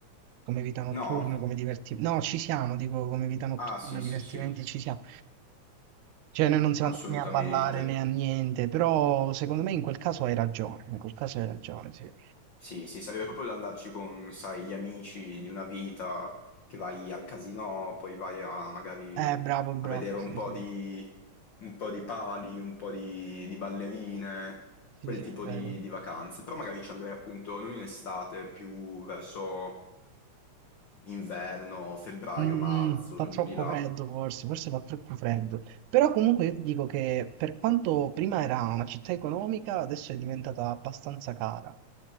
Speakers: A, on the right; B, on the left.
A: come vita notturna,
B: No?
A: come divertimenti, no, ci siamo, dico come vita notturna,
B: Ah, sì,
A: divertimenti
B: sì, sì,
A: ci siamo. Cioè, noi non siamo
B: assolutamente.
A: andati né a ballare né a niente, però secondo me in quel caso hai ragione, in quel caso hai ragione, sì.
B: Sì, sì, sarebbe proprio da andarci con, sai, gli amici di una vita, che vai al casino, poi vai a, magari
A: Eh, bravo, bravo,
B: a vedere un
A: sì,
B: po'
A: sì,
B: di, un po' di pali, un po' di, di ballerine,
A: sì,
B: quel
A: sì,
B: tipo
A: è vero.
B: di, di vacanze. Però magari ci andrei appunto non in estate, più verso inverno, febbraio,
A: Mm,
B: marzo,
A: mm, fa troppo
B: giù di là.
A: freddo forse, forse fa troppo freddo. Però comunque io ti dico che per quanto prima era una città economica, adesso è diventata abbastanza cara.